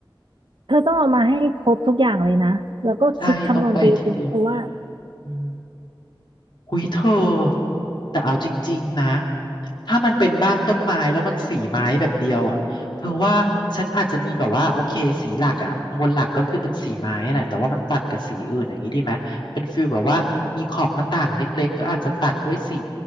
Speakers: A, on the right; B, on the left.
A: เธอต้องเอามาให้ครบทุกอย่างเลยนะแล้วก็คิดคำนวณไปดีเพราะว่า
B: ใช่ ต้องไปทีเดียวอืม หุยเธอแต่เอาจริงๆนะถ้ามันเป็นบ้านต้นไม้แล้วมันสีไม้แบบเดียวอ่ะเธอว่าฉันอาจจะมีแบบว่าโอเคสีหลักอ่ะโทนหลักก็คือเป็นสีไม้อะแหละแต่ว่ามันตัดกับสีอื่นอย่างนี้ดีไหมเป็นฟิลแบบว่ามีขอบหน้าต่างเล็กๆก็อาจจะตัดด้วยสี